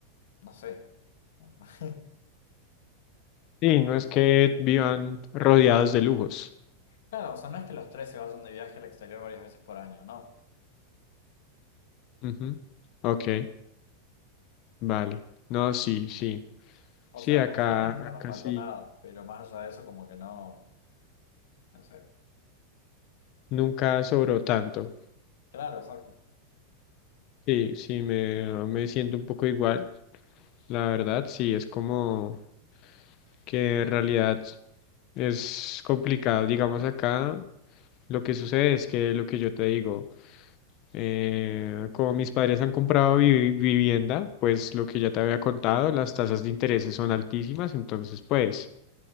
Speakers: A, on the left; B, on the left.
A: no sé. <laughs>
B: y no es que vivan rodeados de lujos.
A: Claro, o sea, no es que los tres se vayan de viaje al exterior varias veces por año, no.
B: Ujú. Ok, vale. No, sí, sí.
A: O
B: Sí,
A: sea,
B: acá,
A: por suerte nunca
B: acá
A: nos faltó
B: sí,
A: nada, pero más allá de eso, como que no, no sé.
B: nunca sobró tanto.
A: Claro, exacto.
B: Sí, sí, me, me siento un poco igual, la verdad, sí, es como que en realidad es complicado, digamos acá, lo que sucede es que lo que yo te digo, eh, como mis padres han comprado vi- vivienda, pues lo que ya te había contado, las tasas de interés son altísimas, entonces pues